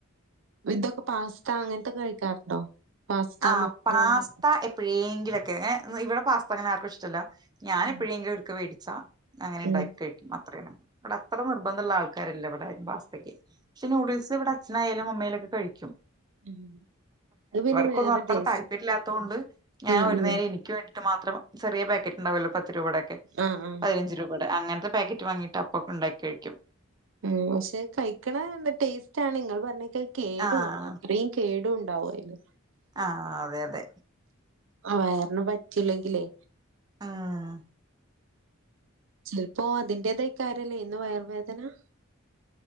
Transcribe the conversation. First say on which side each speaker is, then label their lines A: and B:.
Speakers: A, on the right (about 60°); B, on the right (about 20°).
A: ഇതൊക്കെ പാസ്ത അങ്ങനതൊക്കെ കഴിക്കാറുണ്ടോ? പാസ്ത
B: ആഹ്
A: മക്രോണി
B: പാസ്ത എ എപ്പോഴെങ്കിലൊക്കെ ഇവിടെ പാസ്ത അങ്ങനെ ആർക്കും ഇഷ്ടല്ല ഞാൻ
A: ഉം
B: എപ്പോഴെങ്കിലൊക്കെ വേടിച്ചാ. അങ്ങനെ ഇണ്ടാക്കി
A: ഉം
B: കഴിക്കും അത്രേനെ ഇവിടെ അത്ര നിർബന്ധ ള്ള ആൾക്കാറെല്ല ഇവടെ. പാസ്തക്ക് ശേ നൂഡിൽസ് വിടെ അച്ഛനായാലമ്മായാലൊക്കെ കഴിക്കും.
A: ഉം അഅ് പിന്നെ.
B: അവക്കന്നും
A: വേറെ
B: അത്ര
A: ടേസ്റ്റ്
B: താല്പര്യല്ലാത്തോണ്ട് ഞാൻ
A: ഉം
B: ഒരു
A: ഉം
B: നേരം എനിക്ക് വേണ്ടിട്ട് മാത്രം ചെറിയപാക്കറ്റ് ണ്ടാവുല്ലോ പ പത്ത് രൂപടെക്കെ
A: ആഹ് ആഹ്
B: പയിനഞ്ച് രൂപടെ അങ്ങനത്തെ പാക്കറ്റ് വാങ്ങിട്ട് അപ്പ പ്പൊണ്ടാക്കി കഴിക്കും.
A: ഉം ശെ കഴിക്കണ ന്ത ടേസ്റ്റാണ് ഇങ്ങൾപറഞ്ഞേക്കെ കേടുവാണ്
B: ആഹ്
A: അത്രയും. കേടുണ്ടാവു അയില്.
B: ആഹ് അതെ അതെ.
A: അഹ് വയറിന് പറ്റുലങ്കിലേ.
B: ആഹ്.
A: ചെലപ്പോ അതിന്റേതാകാര്യല്ലേ ഇന്ന് വയറർവേദന.